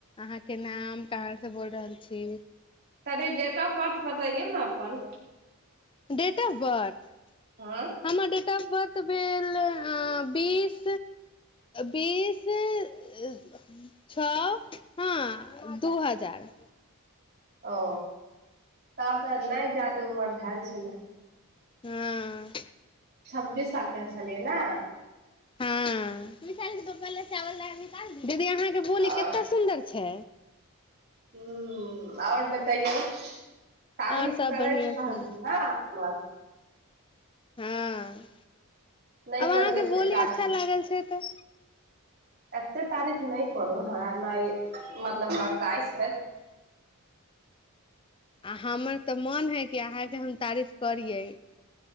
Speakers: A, on the left; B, on the right.
A: अहाँके नाम? कहाँसे बोयल रहल छी?
B: अरे डेट ऑफ बर्थ बतैयौ ने अपन?
A: Date of birth?
B: हँ
A: हमर डेट ऑफ बर्थ भेल हं बीस, बीस -अ- छो हँ, दू हजार।
B: ओ तब त नै जादे उमर भैल छले।
A: हँ
B: छब्बीस सालके छलियै ने।
A: हँ, <unintelligible>
B: आओर
A: बोली केते सुन्दर छै?
B: हुं, और बतैयौ तारीफ
A: और सब
B: करय
A: बढ़िआँ
B: <unintelligible> रहलखिन
A: छै
B: न? <unintelligible>
A: हँ
B: नहि
A: आब अहाँके
B: करू एते
A: बोली
B: तारीफ।
A: अच्छा लागल छै तऽ
B: एते तारीफ नै करू। हमरा नै मतलब बरदाइश हैत।
A: आ हमर त मन है कि अहाँके हम तारीफ करियै।